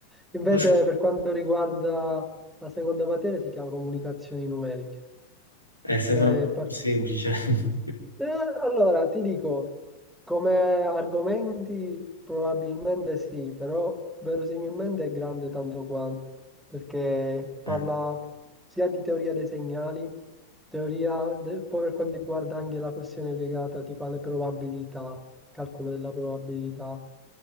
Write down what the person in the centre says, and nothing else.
Invece,
per quanto riguarda la seconda materia, si chiama comunicazioni numeriche.
È
Mm.
Eh, allora, ti dico, come argomenti probabilmente sì, però verosimilmente è grande tanto quanto, perché parla
sia di teoria dei segnali, teoria, de- poi per quanto riguarda anche la questione legata tipo alle probabilità, calcolo della probabilità,